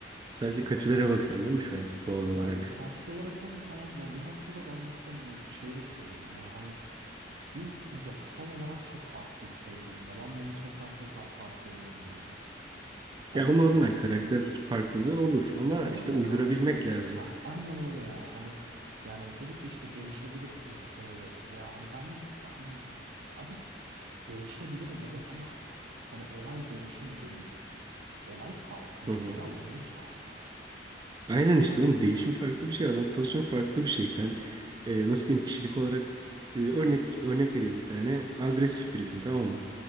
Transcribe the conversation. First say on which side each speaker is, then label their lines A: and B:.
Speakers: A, on the right; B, on the right.
A: Sadece kötülere bakıyorsun değil mi şu an doğal olarak?
B: Ya istemsiz olarak evet tamam ya bir noktada ben mesela bu şeyi de söyledim ya hani biz yapısal olarak çok farklıyız sevgilimle ben bunu tekrar tekrar fark ediyorum yani. Hani
A: Ya o normal karakter farklılığı olur ama
B: E tabii
A: işte
B: ki de
A: uydurabilmek
B: karakter.
A: lazım.
B: Ha, aynen öyle yani hani yani dedi ki işte değişebilirsiniz ikiniz de. Ya hani ben hani abi değişebiliriz evet ama hani olay değişim değil. Olay farklılıklara
A: Hı hı.
B: uyum sağlamak.
A: Aynen işte oğlum değişim farklı bir şey, adaptasyon farklı bir şey. Sen
B: Hani
A: e, nasıl diyeyim kişilik olarak e, örnek örnek vereyim bir tane. Agresif birisin tamam mı?